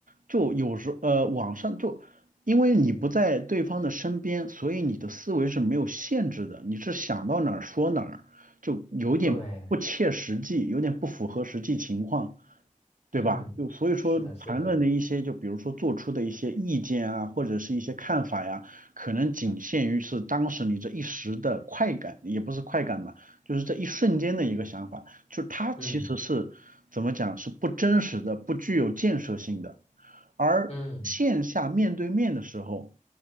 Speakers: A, on the right; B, on the left.
A: 就有时呃，网上就因为你不在对方的身边，所以你的思维是没有限制的，你是想到哪儿说哪儿，就有点不切实际，
B: 对。
A: 有点不符合实际情况。对吧？
B: 嗯，
A: 就所以说，
B: 是的，是的，
A: 谈论的一些，就比如说做出的一些意见啊，或者是一些看法呀，可能仅限于是当时你这一时的快感，也不是快感吧，就是这一瞬间的一个想法，就是它其实是怎么讲，
B: 嗯
A: 是不真实的，不具有建设性的。而线下面对面的时候，
B: 嗯